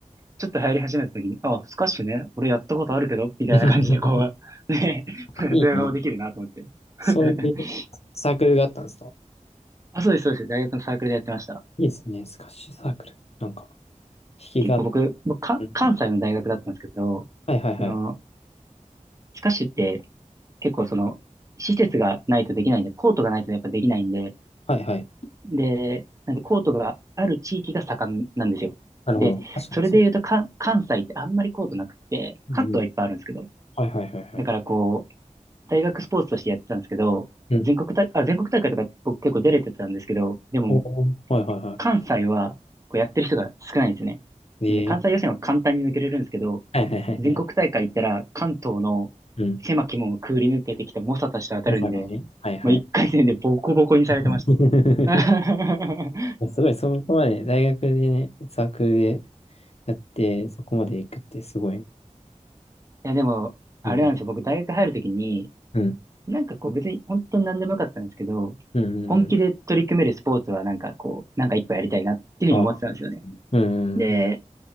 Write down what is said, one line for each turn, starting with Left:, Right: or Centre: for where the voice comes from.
Right: ちょっと流行り始めた時に、あ、スカッシュね、俺やったことあるけど、みたいな感じでこう、
Left: <laughs>
Right: ね、<laughs>
Left: あいいな。
Right: ドヤ顔できるなと思って。<laughs>
Left: そういうサークルがあったんですか
Right: あ、そうです、そうです。大学のサークルでやってました。
Left: いいですね。スカッシュサークル。なんか、引きがあって。
Right: 結構僕、僕か、
Left: うん
Right: 関西の大学だったんですけど、
Left: はいはいはい。
Right: その、スカッシュって結構その、施設がないとできないんで、コートがないとやっぱできないんで、
Left: はいはい。
Right: で、なんでコートがある地域が盛んなんですよ。
Left: なるほど。
Right: で、
Left: 確かにそう。
Right: それで言うとか、関西ってあんまりコートなくて、
Left: うんうん。
Right: 関東はいっぱいあるんですけど、
Left: はいはいはいはい。
Right: だからこう、大学スポーツとしてやってたんですけど、
Left: うん。
Right: 全国大、あ、全国大会とか僕結構出れてたんですけど、でも、
Left: おーはいはいは
Right: 関西はこうやってる人が少ないんですよね。
Left: い。
Right: で、関西予選は簡単に抜けれるんですけど、
Left: ええはいはいはいはい。
Right: 全国大会行ったら関東の
Left: うん。
Right: 狭き門をくぐり抜けてきた猛者たちと当たるんで、
Left: わかるね。はいはい。
Right: もう一回戦でボコボコにされてました。
Left: <laughs>
Right: <laughs>
Left: すごい、そこまで、大学でね、サークルでやって、そこまで行くってすごいね。
Right: いや、でも、あれなんですよ。
Left: うん、
Right: 僕、大学入るときに、
Left: うん、
Right: なんかこう、別に本当に何でもよかったんですけど、
Left: うん、
Right: 本気で取り組めるスポーツは、
Left: うん。
Right: なんかこう、なんか一個やりたいなっていうふうに思ってたんですよね。
Left: ああ、うん、うん、
Right: で、
Left: うん。